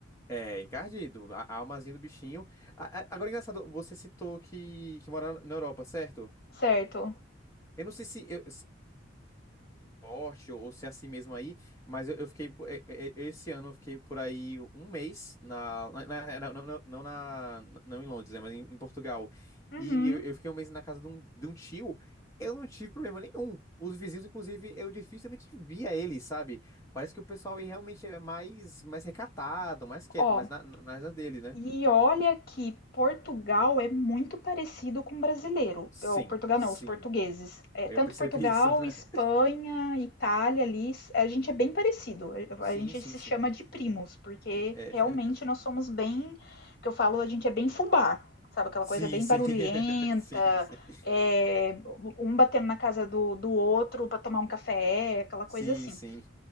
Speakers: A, on the left; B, on the left.
A: É, encardido. A, a almazinha do bichinho. A- a- agora, é engraçado, você citou que, que mora na Europa, certo?
B: Certo.
A: Eu não sei se eu, forte ou, ou ser assim mesmo aí, mas eu, eu fiquei, po- e- e- esse ano eu fiquei por aí um mês, na, na- na- na- não, não, não na, não em Londres, né, mas em, em Portugal,
B: Uhum.
A: e eu, eu fiquei um mês na casa de um, de um tio, eu não tive problema nenhum, os vizinhos, inclusive, eu dificilmente via eles, sabe, parece que o pessoal aí realmente é mais, mais recatado, mais quieto,
B: Ó,
A: mais na, na- mais na dele, né?
B: e olha que Portugal é muito parecido com o brasileiro.
A: Sim,
B: Ou, Portugal
A: sim,
B: não, os portugueses. É,
A: eu
B: tanto
A: percebi
B: Portugal,
A: isso, <laughs>
B: Espanha, Itália ali, s- a gente é bem parecido.
A: Sim,
B: A a gente
A: sim,
B: se
A: sim.
B: chama de primos, porque
A: É.
B: realmente
A: <laughs>
B: nós somos bem, que eu falo, a gente é bem fubá, sabe? Aquela
A: Sim,
B: coisa bem
A: sim.
B: barulhenta,
A: <laughs> Sim, sim.
B: é, um batendo na casa do, do outro para tomar um café, aquela coisa
A: Sim,
B: assim.
A: sim.